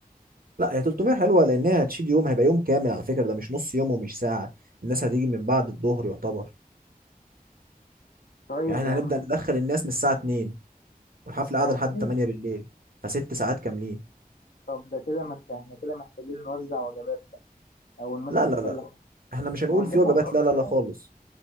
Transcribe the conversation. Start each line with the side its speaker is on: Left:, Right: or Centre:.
Right: لا هي 300 حلوة لان هي هتشيل يوم هيبقى يوم كامل على فكرة ده مش نص يوم ومش ساعة الناس هتيجي من بعد الظهر يعتبر
Left: طيب
Right: يعني
Left: يا
Right: احنا
Left: عم
Right: هنبدأ ندخل الناس من الساعة 2 والحفلة
Left: الساعة
Right: قاعدة لحد
Left: اتنين
Right: 8 بالليل فست ساعات كاملين
Left: طب ده كده ما انت احنا كده محتاجين نوزع وجبات بقى أو مثلا
Right: لا لا
Left: نخلي
Right: لا
Left: حاجة
Right: احنا مش هنقول
Left: ما هو الناس
Right: في وجبات
Left: هتعوز
Right: لا لا
Left: تاكل
Right: لا خالص